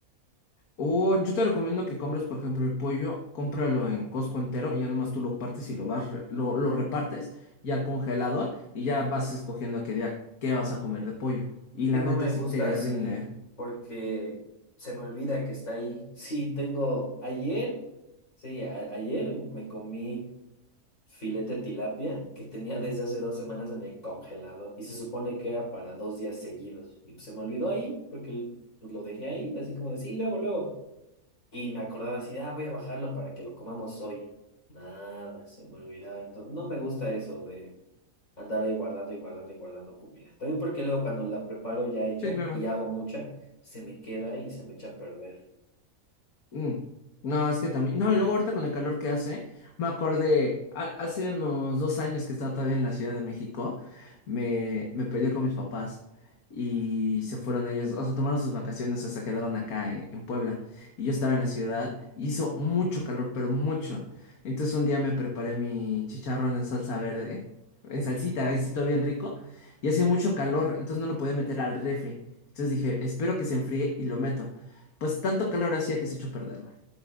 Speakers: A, on the left; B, on the left.
A: O yo te recomiendo que compres, por ejemplo, el pollo, cómpralo en Costco entero y ya nomás tú lo partes y lo vas, re- lo, lo repartes y al congelador y ya vas escogiendo a qué día qué vas a comer de pollo. Y la
B: que no
A: neta
B: me
A: sí
B: gusta
A: te
B: así,
A: rinde. ¿eh?
B: porque se me olvida que está ahí. <laughs> Sí, tengo ayer, sí, a- ayer me comí filete de tilapia que tenía desde hace dos semanas en el congelador y se supone que era para dos días seguidos. Y pues se me olvidó ahí porque pues, lo dejé ahí, así como decir, luego, luego. Y me acordaba así, de, ah, voy a bajarlo para que lo comamos hoy. Nada, se me olvidaba. Entonces, no me gusta eso de andar ahí guardando y guardando y guardando comida. También porque luego cuando la preparo ya hecha
A: Sí, claro.
B: y hago mucha, se me queda y se me echa a perder.
A: Mm. No, es que también. No, y luego ahorita con el calor que hace, me acordé, ha- hace unos dos años que estaba todavía en la Ciudad de México, me, me peleé con mis papás y se fueron ellos, o sea, tomaron sus vacaciones, o sea, quedaron acá en, en Puebla. Y yo estaba en la ciudad, y hizo mucho calor, pero mucho. Entonces un día me preparé mi chicharrón en salsa verde, en salsita, ahí sí todo bien rico, y hacía mucho calor, entonces no lo podía meter al refri. Entonces dije, espero que se enfríe y lo meto. Pues tanto calor hacía que se echó a perder, güey.